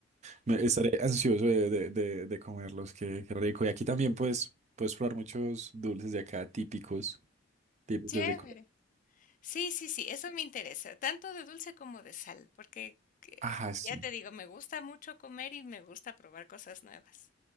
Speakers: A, on the right; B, on the left.
A: Me- estaré ansioso de, de, de- de comerlos, qué, qué rico. Y aquí también puedes, puedes probar muchos dulces de acá típicos, típicos
B: Chévere.
A: de Colombia.
B: Sí, sí, sí, eso me interesa, tanto de dulce como de sal, porque que-
A: Ajá, sí.
B: ya te digo, me gusta mucho comer y me gusta probar cosas nuevas.